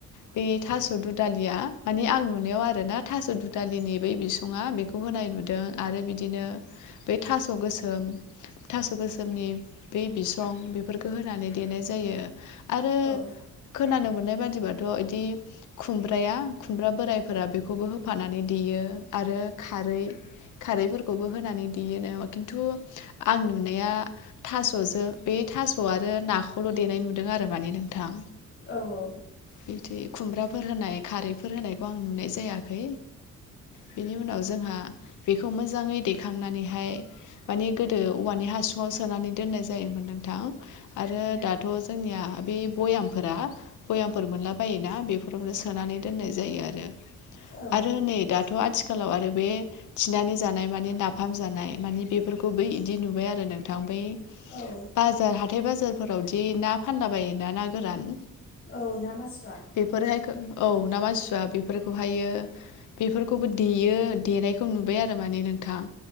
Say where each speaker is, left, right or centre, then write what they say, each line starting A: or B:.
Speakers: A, on the left; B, on the left.
A: बे थास दुदालिया मानि आं नुनायाव आरोना थास दुथालिनि बै बिसङा बेखौ होनाय लुदों आरो बिदिनो बे थास गोसोम थास गोसोमनि बे बिस स्रं बेफोरखौ होनानै देनाय जायो आरो
B: औ
A: खोनानो मोननाय बादिबाथ बिदि खुमब्राया खुमब्रा बोरायफोरा बेखौबो हो फानानै देयो आरो खारै खारैफोरखौबो होनानै देयोनो खिन्थु आं नुनाया थासजों बे थास आरो नाखौल देनाय नुदों आरो माने नोंथां
B: औ औ
A: बिदि खुमब्राफोर होनाय खारैफोर होनायखौ आं नुनाय जायाखै बेनि उनाव जोंहा बेखौ मोजाङै दैेखांनानैहाय माने गोदो औवानि हासुङाव सोनानै दोननाय जायोमोन नों थां आरो नोंथां दाथ जोंनिया बे बयामफोरा बयामफोर मोनला बा जायोना बेफोरावनो सोनानै दोननाय जायो आरो
B: औ
A: आरो नै दा थ आथिखालाव आरो बे थिनानै जानाय माने नाफाम जानाय मानि बेफोरखौ बै इदि नुबाय आरो नोंथां बै
B: औ
A: बाजार हाथाय बाजारफोरावदि ना फानला बायोना ना गोरान
B: औ ना मासुवा
A: बेफोरहाय औ ना मासुआ बे बेफोरखौहायो बेफोरखौबो देयो देनायखौ नुबाय आरो माने नोंथां